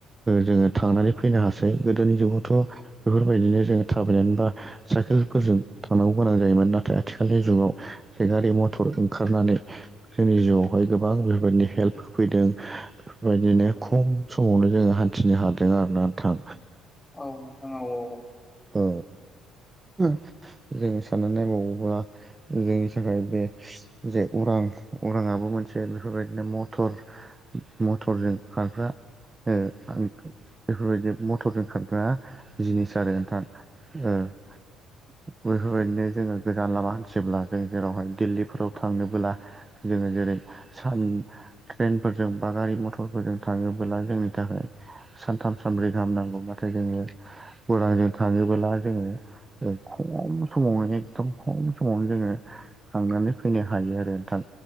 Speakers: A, on the right (about 25°); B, on the left (about 20°).
A: जोङो थांनानै फैनो हासै गोदोनि जुगावथ' बेफोरबायदिनो जोङो थाबायनानै बा साइकेल फोरजों थांनांगौ गोनां जायोमोन नाथाय आथिखालनि जुगाव जे गारि मथर ओंखारनानै जों मिरुआवहाय गोबां बेफोरबायदिनो हेल्प होफैदों बेफोरबायदिनो खम समावनो जोङो हान्थिनो हादों आरोना नोंथां।
B: औ नोंथां औ औ औ।
A: औ <inaudible> जोङो साननानै नायबावोब्ला जोंनि थाखाय बे जे अरां अरांआबो मोनसे बेफोरबायदिनो मटर मटरजों खारग्रा ओ आं बेफोरबायदि मथरजों खारग्रा जिनिस आरो नोंथां ओ <inaudible> बेफोरबायदिनो जोङो गोजान लामा हान्थिब्ला जों जेरावहाय दिल्लीफोराव थांनोबोला जोङो जेरै सान ट्रेनफोरजों बा गारि मटरफोरजों थाङोबोला जोंनि थाखाय सानथाम थाम सानब्रै गाहाम नांगौ नाथाय जोङो उरांजों थाङोबोला जोङो खम समावनो एखदम खम समावनो जोङो थांनानै फैनो हायो आरो नोंथां